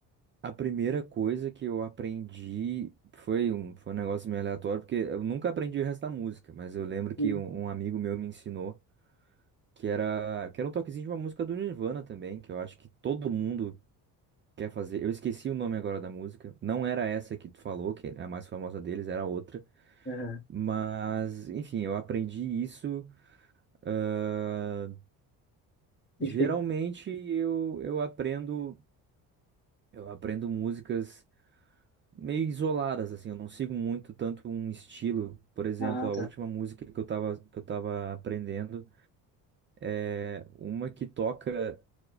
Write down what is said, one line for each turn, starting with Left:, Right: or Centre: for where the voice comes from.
Right: a primeira coisa que eu aprendi foi um, foi um negócio meio aleatório, porque eu nunca aprendi o resto da música, mas eu lembro que
Left: Hum,
Right: um, um amigo meu me ensinou que era, que era um toquezinho de uma música do Nirvana também, que eu acho que todo mundo Quer fazer? Eu esqueci o nome agora da música. Não era essa que tu falou, que é a mais famosa deles, era outra.
Left: aham.
Right: Mas, enfim, eu aprendi isso. ah,
Left: E
Right: geralmente
Left: fica...
Right: eu, eu aprendo eu aprendo músicas meio isoladas, assim. Eu não sigo muito tanto um estilo. Por exemplo,
Left: Ah,
Right: a
Left: tá.
Right: última música que eu tava, que eu tava aprendendo é uma que toca